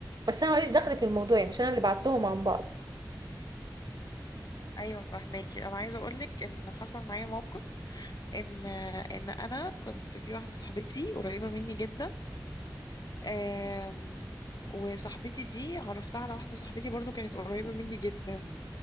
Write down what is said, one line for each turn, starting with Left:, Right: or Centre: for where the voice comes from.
Right: بس انا ماليش دخل في الموضوع يعني مش انا اللي بعتهم عن بعض
Left: ايوه فهماكي انا عايزه اقول لك ان حصل معايا موقف ان ان انا كنت في واحده صاحبتي قريبه مني جدا آم، وصاحبتي دي عرفتها على واحده صاحبتي برضو كانت قريبه مني جدا